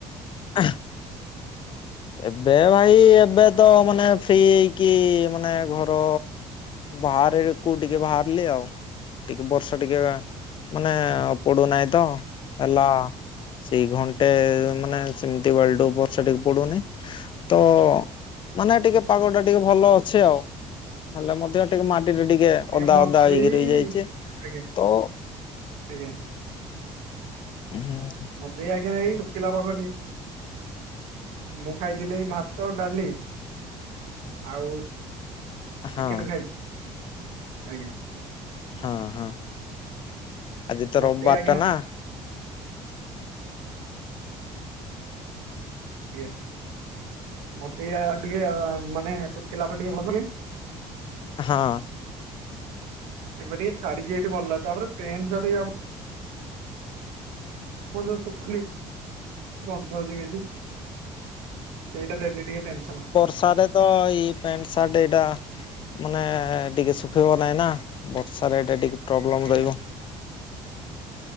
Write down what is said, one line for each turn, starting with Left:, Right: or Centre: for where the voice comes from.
Left: ଅ ଏବେ ଭାଇ, ଏବେ ତ ମାନେ ଫ୍ରି ହେଇକି, ମାନେ ଘର ବାହାରେ କୋଉ ଟିକେ ବାହାରିଲି ଆଉ ଟିକେ ବର୍ଷା, ଟିକେ ମାନେ ପଡୁନାହିଁ ତ ହେଲା ସେଇ ଘଣ୍ଟେ, ମାନେ ସେମିତି ବାଲି ଟୁ ବର୍ଷା ଟିକେ ପଡୁନି ତ, ମାନେ ଟିକେ ପାଗ ଟା ଟିକେ ଭଲ ଅଛି ଆଉ। ହେଲେ ମଧ୍ୟ ଟିକେ ମାଟି ରେ ଟିକେ
Right: ଆଜ୍ଞା
Left: ଅଦା
Right: ମତେ
Left: ଅଦା ହେଇକି
Right: ଏଇ
Left: ରହିଯାଇଛି।
Right: ଆଜ୍ଞା
Left: ତ
Right: ଆଜ୍ଞା
Left: ହୁଁ।
Right: ବୋଧେ ଆଜ୍ଞା ଏଇ ଶୁଖିଲା ପାଗ ଦେଇ ମୁଁ ଖାଇଥିଲି ଭାତ ଡାଲି, ଆଉ
Left: ହଁ
Right: ଚିକେନ ଖାଇ-ଆଜ୍ଞା।
Left: ହଁ ହଁ, ଆଜି ତ
Right: ମତେ
Left: ରବିବାର
Right: ଆଜ୍ଞା
Left: ଟା ନା।
Right: ଆ୍ଞା <inaudible> ମତେ ଇ ଟିକେ ମାନେ ଶଖିଲା ପରେ ଟିକେ ଭଲ କିେ <unintelligible>
Left: ହଁ।
Right: ଏବେ ଟିକେ ଛାଡିକି ଏଠି ଭଲ ତାପରେ ପେନ୍ା <unintelligible> ମୁଁ ଯୋଉ ଶୁଖନ ବନ୍ଦ ହଉଛି <unintelligible> କିଛି ସେଇଟା ଡେଲି ଟିକେ ଟେନସନ।
Left: ସାର ତ ଏଇ ପେଣ୍ଟ ଶର୍ଟ ଏଇଟା। ମାନେ ଟିକେ ଶୁଖେଇବ ନାହିଁ ନା। ବର୍ଷାରେ ଏଟ ଟିକେ ପ୍ରୋବ୍ଲେମ
Right: ଆଜ୍ଞା।
Left: ରହିବ।